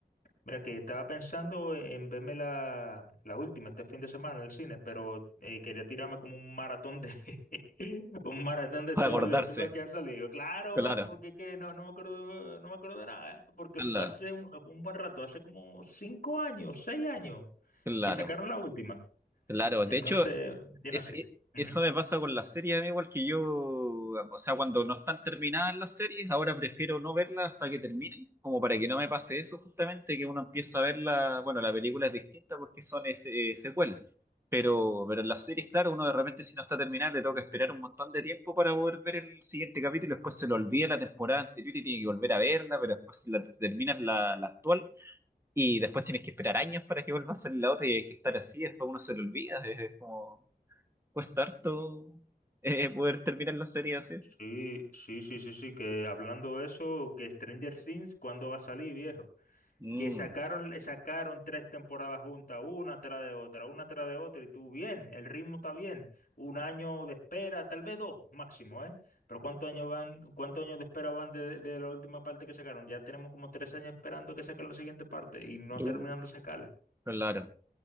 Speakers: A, on the left; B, on the right.
A: Mira, que estaba pensando en verme la, la última este fin de semana en el cine, pero eh, quería tirarme como un maratón de <laughs> un maratón de
B: Para
A: todo,
B: acordarse.
A: de todas las que han salido. Claro,
B: Claro,
A: man, porque es que no, no me acuerdo, no me acuerdo de nada, ¿eh? Porque
B: claro,
A: fue hace un, un buen rato, hace como cinco años, seis años,
B: claro.
A: que sacaron la última.
B: Claro,
A: Entonces,
B: de hecho,
A: tiene
B: Es,
A: así.
B: e-
A: Ujú.
B: eso me pasa con las series, a igual que yo, o sea, cuando no están terminadas las series, ahora prefiero no verlas hasta que terminen, como para que no me pase eso justamente, que uno empieza a verla, bueno, la película es distinta porque son eh, se- eh, secuelas, pero, pero en las series, claro, uno de repente si no está terminada le toca esperar un montón de tiempo para poder ver el siguiente capítulo, después se lo olvida la temporada anterior y tiene que volver a verla, pero después si la, terminas la, la actual y después tienes que esperar años para que vuelva a salir la otra y hay que estar así, después uno se lo olvida, es es como... Cuesta harto eh, poder terminar la serie así.
A: Sí, sí, sí, sí, sí, que hablando de eso, que Stranger Things, ¿cuándo va a salir, viejo?
B: Mm,
A: que sacaron, sacaron tres temporadas juntas, una tras de otra, una tras de otra, y tú bien, el ritmo está bien, un año de espera, tal vez dos máximo, ¿eh? Pero ¿cuántos años van, cuántos años de espera van de, de la última parte que sacaron? Ya tenemos como tres años esperando que saquen la siguiente parte y no terminan
B: uh,
A: de sacarla.
B: claro.